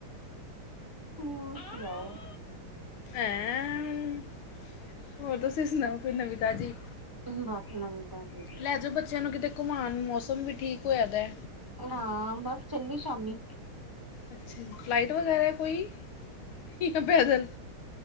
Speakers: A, on the right; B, on the left.
A: ਹਾਂ ਸੁਣਾਓ
B: ਹੈਂ ਹੋਰ ਤੁਸੀਂ ਸੁਣਾਓ ਕੋਿਰ ਨਵਿਤਾ ਜੀ
A: ਬਸ ਨਵੀਂ ਤਾਜੀ ਜੀ
B: ਲੈ ਜਾਓ ਬੱਚਿਆਂ ਨੂੰ ਕਿਤੇ ਘੁਮਾਉਣ ਮੌਸਮ ਵੀ ਠੀਕ ਹੋਇਆ ਦਾ
A: ਹਾਂ ਬਸ ਚੱਲੀ ਸ਼ਾਮੀ
B: ਅੱਛਾ ਜ ਫਲਾਈਟ ਵਗੈਰਾ ਹੈ ਕੋਈ ਜਾਂ ਪੈਦਲ